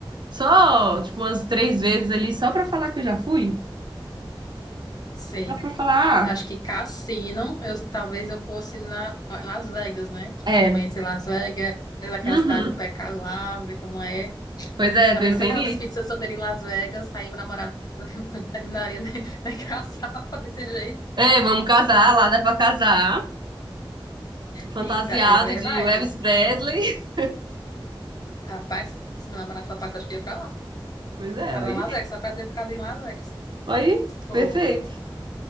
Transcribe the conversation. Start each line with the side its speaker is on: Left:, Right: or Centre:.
Right: Só, tipo, umas três vezes ali, só pra falar que eu já fui.
Left: sei.
Right: Só pra falar,
Left: Acho
Right: ah,
Left: que cassino, eu, talvez eu fosse na Las Vegas, né? Tipo,
Right: é.
Left: conhecer Las Vegas, aquela
Right: Uhum.
Left: cidade do pecado lá, ver como é.
Right: Pois é,
Left: Talvez
Right: pensei
Left: até fazendo
Right: nisso.
Left: espírito se eu solteira em Las Vegas, aí meu namorado <laughs> terminaria de, de casar <laughs> desse jeito.
Right: É, vamos casar, lá dá pra casar. Fantasiado
Left: Eita, é verdade.
Right: de Elvis Presley. <laughs>
Left: Rapaz, se meu namorado só passa, acho que ia pra lá.
Right: Pois é,
Left: Casar
Right: aí.
Left: em Las Vegas, só pra dizer por causa em Las Vegas.
Right: Aí,
Left: Tipo,
Right: perfeito.